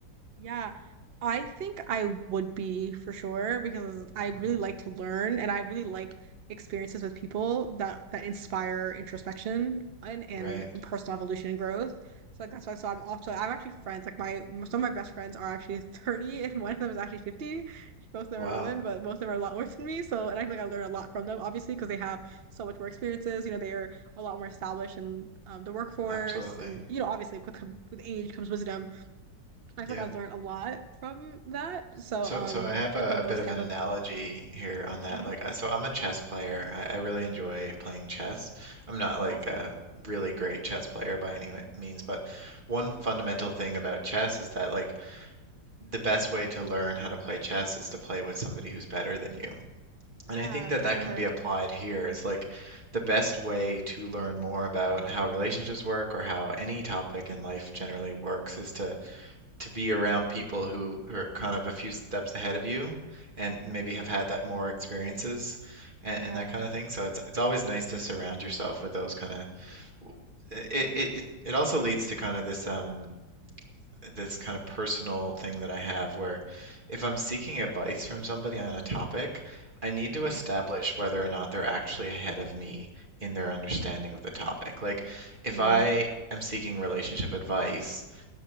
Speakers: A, on the right; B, on the right.
A: Yeah, I think I would be for sure because I really
B: Mm,
A: like to learn and I really like experiences with people that that inspire introspection and, and
B: right.
A: personal evolution and growth. So like that's why so I'm also I'm actually friends like my some of my best friends are actually <laughs> 30 and one of them is actually 50. Both of them
B: Wow.
A: are women, but most of them are a lot older than me. So and I feel like I learn a lot from them obviously because they have so much more experiences. You know, they are a lot more established in um, the workforce
B: Absolutely.
A: and you know obviously with, com- with age comes wisdom I feel
B: Yep.
A: like I learned a lot from that. So,
B: So,
A: um,
B: so I have a,
A: like from
B: a
A: those
B: bit of
A: type
B: an analogy
A: of
B: here on that.
A: hmm
B: Like, I- so I'm a chess player. I, I really enjoy playing chess. I'm not like
A: Awesome.
B: a really great chess player by any me- means, but one fundamental thing about chess is that like the best way to learn how to play chess is to play with somebody who's better than you.
A: Yeah,
B: And I think that
A: for
B: that
A: sure.
B: can be applied here is like the best way to learn more about how relationships work or how any topic in life generally works is to to be around people who, who are kind of a few steps ahead of you and
A: Mm,
B: maybe have had that more experiences and,
A: yeah,
B: and that kind of thing. So it's it's always nice to surround yourself with those kind of it,
A: people.
B: it it it also leads to kind of this um this kind of personal thing that I have where if I'm seeking advice from somebody on a topic, I need
A: hmm
B: to establish whether or not they're actually ahead of me in their understanding of the topic. Like if
A: Mm,
B: I am seeking relationship advice,